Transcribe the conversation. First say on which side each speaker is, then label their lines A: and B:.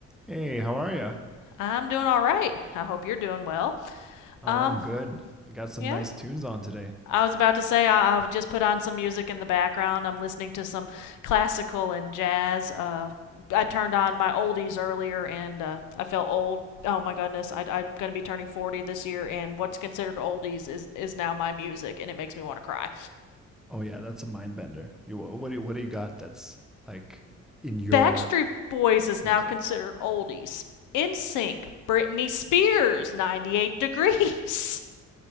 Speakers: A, in the centre; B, on the left.
A: Hey, how are you?
B: I'm doing all right. I hope you're doing well.
A: Oh,
B: Um,
A: I'm good. I got some
B: yeah.
A: nice tunes on today.
B: I was about to say I, I've just put on some music in the background. I'm listening to some classical and jazz. Uh, I turned on my oldies earlier, and uh, I felt old. Oh my goodness, I, I'm going to be turning 40 this year, and what's considered oldies is, is now my music, and it makes me want to cry.
A: Oh yeah, that's a mind bender. You what do you, what do you got that's like in your
B: Backstreet Boys is
A: music?
B: now considered oldies. In Sync, Britney Spears, 98 Degrees. <laughs>